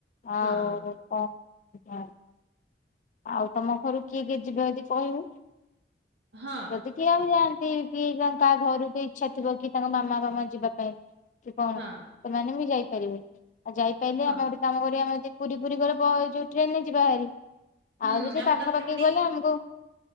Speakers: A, on the left; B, on the right.
A: ଆଉ
B: ହଁ
A: କ ହୁଁ ଆଉ ତମ ଘରୁ କିଏ କିଏ ଯିବେ ଯଦି କହିବୁ।
B: ହଁ
A: ଯଦି କିଏ ଆଉ ଯାଆନ୍ ନ୍ତି କିଏ କାହା ଘରୁ ଇଛା ଥିବ କି ତାଙ୍କ ମାମା ବାବା ଯିବା ପାଇଁ କି କଣ
B: ହଁ
A: ସେମାନେ ବି ଯାଇ ପାରିବେ ଆଉ ଯାଇପାଇଲେ
B: ହଁ।
A: ଆମେ ଗୋଟେ କାମ କରିବା ଆମେ ଯଦି ପୁରୀ ଫୁରୀ ଗଲେ <unintelligible> ଯୋଉ ଟ୍ରେନରେ ଯିବା ହରି।
B: ହୁଁ
A: ଆଉ ଯଦି
B: ଆମେ
A: ପାଖାପାଖି
B: ତାପରେ ପୁଣି
A: ଗଲେ ଆମକୁ